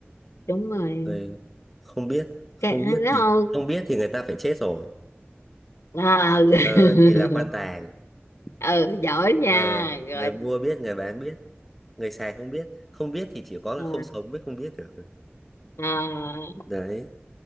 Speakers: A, on the left; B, in the centre.
A: đúng rồi
B: người không biết không
A: cái
B: biết
A: nó
B: thì
A: thôi.
B: không biết thì người ta phải chết rồi
A: à, à. <laughs>
B: ờ thì là quan tài
A: ừ giỏi nha
B: ờ
A: rồi
B: người mua biết người bán biết người xài không biết không biết thì chỉ có là
A: à,
B: không sống mới không biết được
A: à.
B: đấy